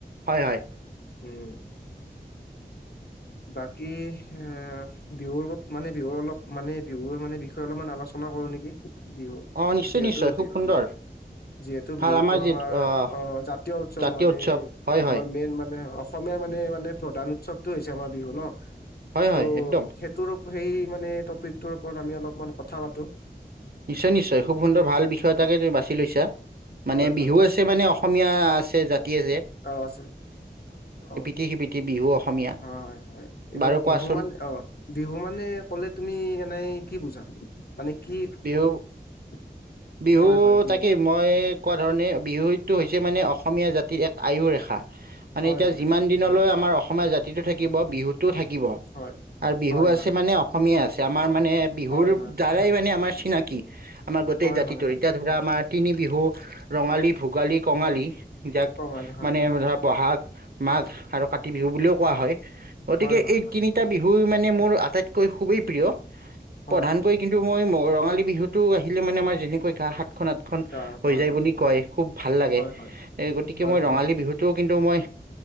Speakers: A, on the right; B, on the left.
A: হয় হয়।
B: উম। বাকী অ বিহুৰত মানে বিহুৰ অলপ মানে বিহুৰ মানে বিষয়ে অলপমান আলোচনা না কৰো নেকি বিহু
A: অ নিশ্চয়
B: যিহেতু
A: নিশ্চয় খুব
B: বিহু
A: সুন্দৰ
B: ম যিহেতু
A: ভাল
B: বিহু টো আমাৰ
A: যি আহ
B: অ জাতীয় উৎসৱ
A: জাতীয়
B: মানে
A: উৎসৱ হয় হয়
B: আমাৰ মেইন মানে অসমীয়াৰ মানে মানে প্ৰধান উৎসৱটো হৈছে আমাৰ বিহু ন
A: হয় হয়
B: ত'
A: একদম
B: ত সেই মানে টপিকটোৰ ওপৰত আমি অলপমান কথা পাতোঁ।
A: নিশ্চয় নিশ্চয় খুব সুন্দৰ ভাল বিষয় এটাকে
B: অ'
A: তুমি বাছি লৈছা মানে
B: হয়
A: বিহু
B: হয়
A: আছে মানে অসমীয়া আছে জাতি যে
B: অঁ অঁ।
A: তিহ বিতি বিহু অসমীয়া
B: হয় হয় হয় এইবাৰ
A: বাৰু
B: বিহু
A: কোৱাচোন
B: মান অ বিহু মানে কলে তুমি এনেই কি বুজা? মানে কি
A: বিহু
B: <inaudible>
A: বিহু
B: বিহু
A: তাকেই মই কোৱা ধৰণে বিহুটো হৈছে মানে অসমীয়া জাতিৰ এক আয়ু ৰেখা। মানে
B: হয়
A: এতিয়া
B: হয়
A: যিমান দিনলৈ
B: হয়
A: আমাৰ অসমীয়া জাতিটো থাকিব বিহুতটোও থাকিব।
B: হয় হয়
A: আৰু বিহু
B: হয়
A: আছে মানে অ অসমীয়া আছে আমাৰ মানে বিহুৰ
B: হয় হয় হয়
A: দ্বাৰাই
B: হয় হয় হয়
A: মানে আমাৰ চিনাকি আমাৰ গোটেই
B: হয়
A: জাতিটোৰ
B: হয় হয়
A: এতিয়া ধৰা
B: উম
A: আমাৰ তিনি বিহু ৰঙালী, ভোগালী, কঙালী যাক
B: কঙালী হয়
A: মানে
B: হয়
A: ধৰা বহাগ মাঘ আৰু কাতি বিহু বুলিও কোৱা হয়, ' গতিকে
B: হয়
A: এই
B: হয়
A: তিনি
B: হয়
A: তিনিটা বিহু মানে মোৰ আটাইতকৈ খুবেই প্ৰিয়।
B: হয়
A: প্ৰধানকৈ
B: হয়
A: কিন্তু মই ৰঙালী বিহুতটো আহিলে মানে আমাৰ যেনেকৈ গা সাতখনত
B: গা-
A: হৈ
B: হয়
A: যায়
B: হয়
A: বুলি
B: হয়
A: কয় খুব ভাল লাগে
B: হয় হয়
A: এ গতিকে
B: হয়
A: মই ৰঙালী
B: হয়
A: বিহুত তটো কিন্তু মই